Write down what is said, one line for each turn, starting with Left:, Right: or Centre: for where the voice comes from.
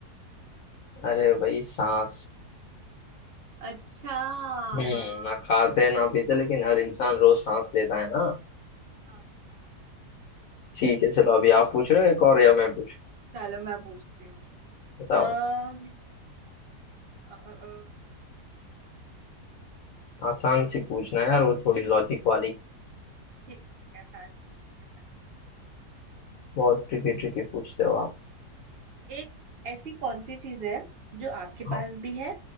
Left: अरे भाई सांस
Right: अच्छा हाँ
Left: हम्म
Right: हाँ
Left: ना खाते ना पीते लेकिन हर इंसान रोज सांस लेता है ना
Right: हाँ, हाँ।
Left: ठीक है चलो अभी आप पूछ रहे हो एक और या मैं पूछूं
Right: चलो मैं पूछती हूँ
Left: बताओ
Right: अः
Left: बताओ
Right: अ, अ, अ,
Left: आसान सी पूछना है यार वो थोड़ी लॉजिक वाली
Right: ठीक है ठीक है आसान पूछो मेरे साथ।
Left: बहुत ट्रिकी ट्रिकी पूछते हो आप
Right: एक ऐसी कौन सी चीज है जो आपके
Left: हाँ
Right: पास भी है